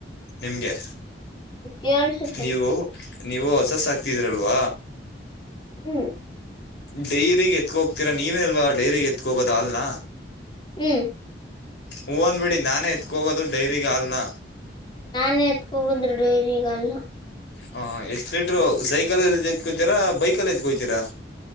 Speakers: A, on the left (about 75°); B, on the left (about 25°).
A: ನಿಮ್ಗೆ
B: ಕೇಳ್ಸುತ್ತೆ
A: ನೀವು ನೀವು ಹಸು ಸಕ್ತಾ ಇದಿರಲ್ವ
B: ಹೂ
A: ಡೈಗೆ ಎತ್ಕ ಹೋಗ್ತೀರಾ ನೀವೇನಲ್ವಾ ಡೈ ಎತ್ಕ ಹೋದ ಹಾಲ್ನ
B: ಹೂ
A: ಹೂಂದ್ ಬಿಡಿ ನಾನೇ ಎತ್ಕೋಗೋದು ಡೈರಿಗ ಹಲ್ನ
B: ನಾನೇ ಎತ್ಕೋಗಂದ್ರಿ ಡೈರಿ ಈಗಲ್ಲ
A: ಹ ಎಷ್ಟ್ ಲೀಟರು ಸೈಕಲ್ ಎಲ್ಲಿ ಎತ್ಕೋತೀರಾ ಬೈಕಲ್ಲಿ ಎತ್ಕೋತೀರಾ